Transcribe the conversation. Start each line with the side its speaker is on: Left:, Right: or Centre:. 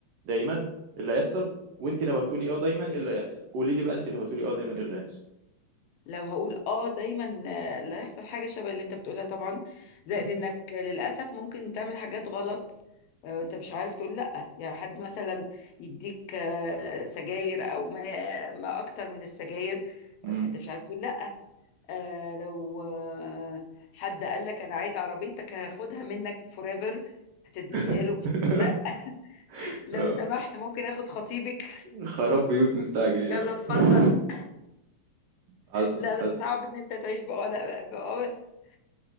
Right: دايما ايه اللي هيحصل وانت لو هتقولي اه دايما ايه اللي هيحصل قولي لي بقى انت لو هتقولي اه دايما ايه اللي هيحصل
Left: لو هقول اه دايما آه، لا يحصل حاجه شبه اللي انت بتقولها طبعا زائد
Right: مم.
Left: انك للاسف ممكن تعمل حاجات غلط آه، وانت مش عارف تقول لا يعني حد مثلا يديك آه، آه، سجاير او ما ما اكتر من السجاير
Right: مم.
Left: آه، انت مش عارف تقول لا آه، لو آه، حد قال لك انا عايز عربيتك هاخدها منك فوريفر هتديها
Right: <laughs>
Left: له مش هتقول لا لو
Right: آه.
Left: سمحت ممكن اخد خطيبك
Right: خراب بيوت مستعجل يعني
Left: <laughs> يلا اتفضل
Right: <laughs> حصل
Left: لا لا
Right: حصل
Left: صعب ان انت تعيش بقى لا بقى بس